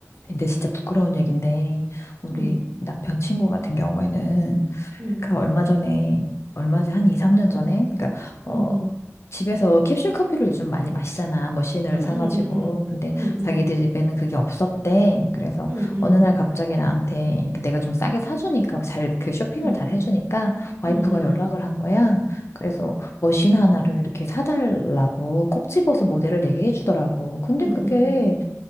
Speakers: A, on the left; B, on the right.
A: 근데 진짜 부끄러운 얘긴데 우리
B: 응,
A: 남편 친구 같은 경우에는
B: 응,
A: 그 얼마 전에 얼마지 한 2, 3년 전에 그러니까 어
B: 응, 응,
A: 집에서 캡슐 커피를 요즘 많이 마시잖아. 머신을
B: 응,
A: 사가지고.
B: 응, 응, 응,
A: 근데
B: 응, 응,
A: 자기들 집에는 그게 없었대. 그래서
B: 응, 응, 응,
A: 어느
B: 응,
A: 날 갑자기 나한테 그 내가 좀 싸게 사주니까 잘 그 쇼핑을
B: 응, 응,
A: 잘 해주니까 와이프가
B: 응, 응, 응, 응,
A: 연락을
B: 응,
A: 한 거야. 그래서 머신 하나를 이렇게 사달라고 콕 집어서 모델을 얘기해 주더라고. 근데
B: 응,
A: 그게
B: 응, 응,